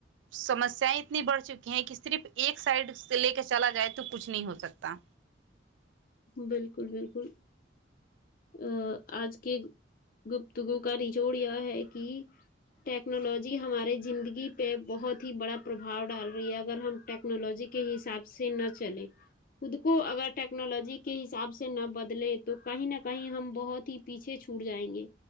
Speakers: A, on the right; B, on the left.
A: سمسیائیں اتنی بڑھ چکی ہیں کہ صرف ایک سائڈ سے لے کے چلا جائے تو کچھ نہیں ہو سک تا
B: بالکل بالکل ا آج کے گپتگو کا نچوڑ یہ ہے کہ ٹیکنالوجی ہمارے زندگی پہ بہت ہی بڑا پرباؤ ڈال رہی ہے اگر ہم ٹیکنالوجی کے حساب سے نہ چلے خود کو اگر ٹیکنالوجی کے حساب سے نہ بدلے تو کہیں نہ کہیں ہم بہت ہی پیچھے چھوٹ جائیں گے